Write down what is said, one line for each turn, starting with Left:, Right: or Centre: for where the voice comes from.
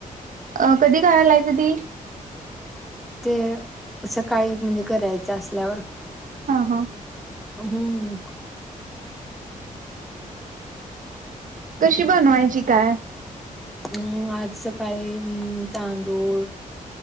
Right: अ कधी घालायच ती?
Centre: ते सकाळी म्हणजे करायचं असल्यावर.
Right: हां हां.
Centre: हम्म्म.
Right: कशी बनवायची काय?
Centre: अंम आज सकाळी अंम तांदूळ